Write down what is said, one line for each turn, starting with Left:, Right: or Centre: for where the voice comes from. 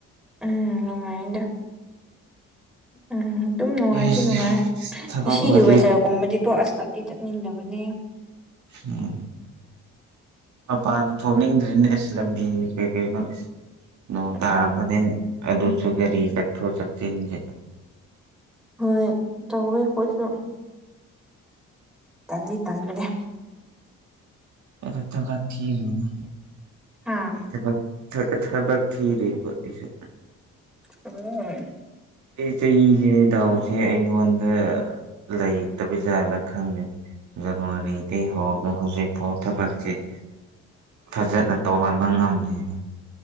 Centre: ꯎꯝ ꯅꯨꯡꯉꯥꯏꯗꯦ ꯎꯝ ꯑꯗꯨꯝ ꯅꯨꯡꯉꯥꯏꯗꯤ
Right: ꯑꯦꯁ
Centre: ꯅꯨꯡꯉꯥꯏ
Right: ꯊꯕꯛꯄꯨꯗꯤ
Centre: ꯉꯁꯤꯒꯤ ꯋꯦꯗꯔ ꯀꯨꯝꯕꯗꯤꯀꯣ ꯑꯁꯇꯇꯤ ꯆꯠꯅꯤꯡꯗꯕꯅꯦ
Right: ꯎꯝ ꯃꯄꯥꯟ ꯊꯣꯛꯅꯤꯡꯗ꯭ꯔꯦꯅꯦ ꯑꯁ ꯂꯝꯕꯤꯅꯦ ꯀꯩ ꯀꯩꯅꯣ ꯅꯣꯡ ꯇꯥꯔꯕꯅꯤꯅ
Centre: ꯑꯣ
Right: ꯑꯗꯨꯁꯨ
Centre: ꯎꯝ
Right: ꯒꯥꯔꯤ
Centre: ꯎꯝ
Right: ꯆꯠꯊꯣꯛ ꯆꯠꯁꯤꯟꯁꯦ
Centre: ꯍꯣꯏ ꯇꯧꯦ ꯀꯣꯏꯁꯨꯣ ꯇꯅꯤ ꯇꯟꯗꯨꯅꯦ
Right: ꯑꯩꯗꯣ ꯊꯕꯛ ꯊꯤꯔꯤꯅꯤ
Centre: ꯍꯥꯥ
Right: ꯂꯩꯇꯕꯒꯤ ꯊꯛ ꯊꯕꯛ ꯊꯤꯔꯕ ꯑꯩꯁꯨ
Centre: ꯑꯣ
Right: ꯑꯦ ꯆꯍꯤꯁꯦ ꯗꯥꯎꯁꯦ ꯑꯩꯉꯣꯟꯗ ꯂꯩꯇꯕꯖꯥꯠꯂꯥ ꯈꯪꯗꯦꯅꯤ ꯌꯗꯨꯣ ꯔꯔꯤꯗꯤ ꯍꯧꯒ ꯍꯧꯖꯤꯦ ꯐꯥꯎꯊ ꯃꯔꯔꯀ ꯐꯖꯅ ꯇꯧꯍꯟꯕ ꯉꯝꯂꯤꯅꯤ